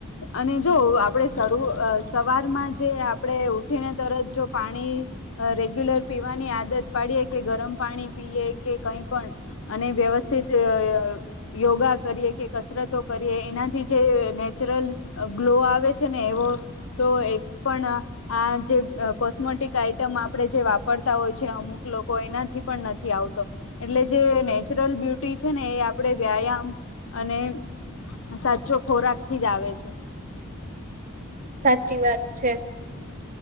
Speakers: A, on the left (about 70°); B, on the right (about 35°).
A: અને જો આપણે શરૂ સવારમાં જે આપણે ઉઠીને તરત જો પાણી રેગ્યુલર પીવાની આદત પાડીએ કે ગરમ પાણી પીએ કે કઈ પણ, અને વ્યવસ્થિત યોગા કરીએ કે કસરતો કરીએ એનાથી, જે નેચરલ ગ્લો આવે છે. ને એવો તો એકપણ આ જે કોસ મતિક આઈટમ આપણે જે વાપરતા હોય છે, અમુક લોકો એનાથી પણ નથી આવતો એટલે જેને નેચરલ બ્યુટી છે, ને એ આ આપડણે વ્યાયામ અને, સાચો ખોરાક થી જ આવે છે
B: સાચી વાત છે.